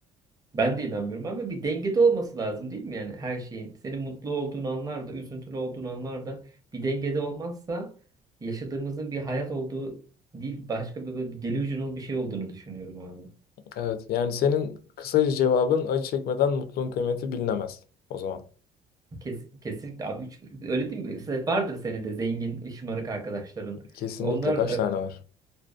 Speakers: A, on the right; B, on the left.
A: Ben de inanmıyorum ama bir dengede olması lazım değil mi yani her şeyin? Senin mutlu olduğun anlarda, üzüntülü olduğun anlarda bir dengede olmazsa yaşadığımızın bir hayat olduğu değil başka bir, bir delusional bir şey olduğunu düşünüyorum abi.
B: Evet, yani senin kısaca cevabın acı çekmeden mutluluğun kıymeti bilinemez o zaman.
A: Kes, kesinlikle abi hiç- öyle değil mi? Mesela vardır senin de zengin, şımarık arkadaşların.
B: Kesinlikle
A: Onlar
B: kaç tane var?